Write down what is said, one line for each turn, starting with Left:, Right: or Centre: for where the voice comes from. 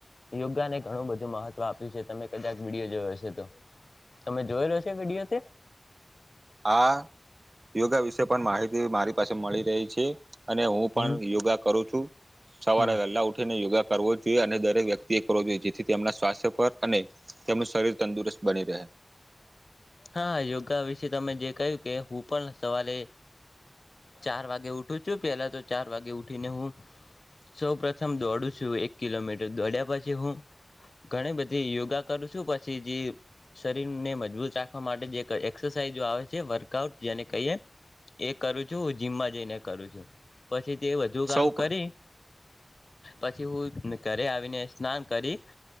Left: યોગાને ઘણું બધું મહત્વ આપ્યું છે તમે કદાચ વિડીયો જોયો છે તો તમે જોયેલો છે વિડીયો
Right: આ યોગા વિશે પણ માહિતી મારી પાસે મળી રહી છે. અને હું પણ
Left: હમ
Right: યોગા કરું છું. સવારે
Left: હમ
Right: વેલ્લા ઉઠીને યોગા કરવો જોઈએ અને દરેક વ્યક્તિએ કરવો જોઈએ જેથી તેમના સ્વાસ્થ્ય પર અને તેમનું શરીર તંદુરસ્ત બની રહે.
Left: હા યોગા વિશે તમે જે કહ્યું કે હું પણ સવારે ચાર વાગે ઉઠું છું પેલા તો ચાર વાગે ઉઠીને હું સૌ પ્રથમ દોડું છું એક કિલોમીટર દોડ્યા. પછી હું ઘણી બધી યોગા કરું છું પછી જે શરીરને મજબૂત રાખ હા માટે <unintelligible> એરસાઝ આવે છે વર્કઆઉટ જેને કહીએ. એ કરું છું જીમમાં જઈને કરું છું પછી તે વધુ કામ
Right: સૌ
Left: કરી પછી હું ઘરે આવીને સ્નાન કરી